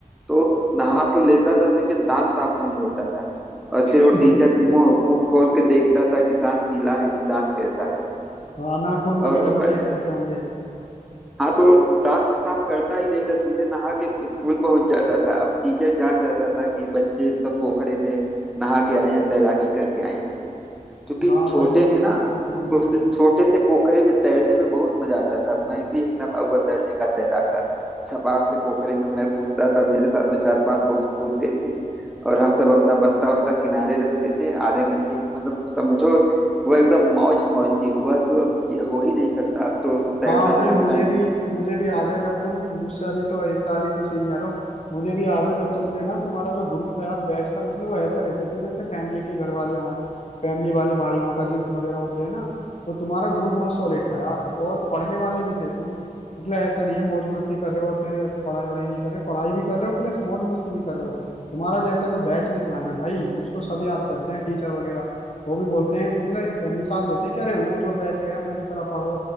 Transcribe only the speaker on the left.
<laughs>
हाँ नाखून
वगैरह
भी
चेक करते होंगे
हाँ
भाई वो
समझ
जाते होंगे
हाँ भाई
मुझे
भी
मुझे भी याद है जब तुम मुझसे अभी तो एक साल ही तो सीनियर हो मुझे भी याद है जब तुम थे ना तुम्हारा जो ग्रुप था यार बैच था मतलब वो ऐसा रहते थे जैसे फैमिली के घर वाले हों फैमिली वाले भाई हों कजिन्स वगैरह होते हैं ना तो तुम्हारा ग्रुप बहुत सॉलिड था यार और पढ़ने वाले भी थे तुम मतलब ऐसा नहीं है मौज मस्ती कर रहे हो और फिर पढ़ाई वढ़ाई नहीं कर रहे पढ़ाई भी कर रहे हो प्लस मौज मस्ती भी कर रहे हो तुम्हारा जैसा जो बैच निकला है ना भाई उसको सब याद करते हैं टीचर वगैरह वो भी बोलते हैं मतलब अ, मिसाल देते हैं कि अरे वो जो बैच गया उनकी तरह पढ़ो